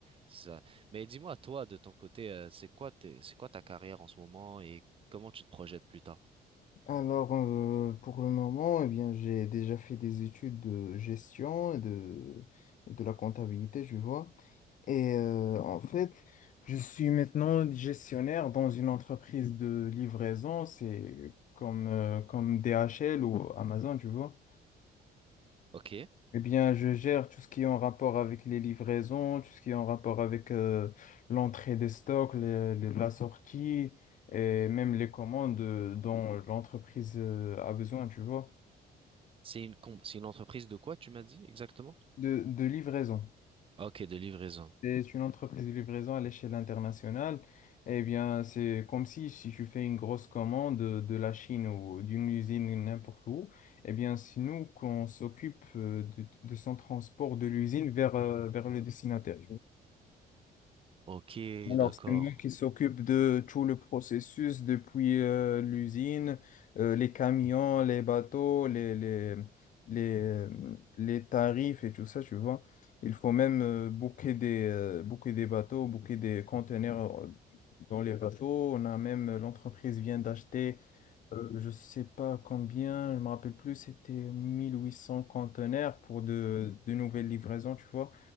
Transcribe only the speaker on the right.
c'est ça. Mais dis-moi, toi, de ton côté, euh, c'est quoi tes- c'est quoi ta carrière en ce moment et comment tu te projettes plus tard?
Ok.
C'est une, com- c'est une entreprise de quoi, tu m'as dit exactement?
Ok, de livraison.
Ok,
d'accord.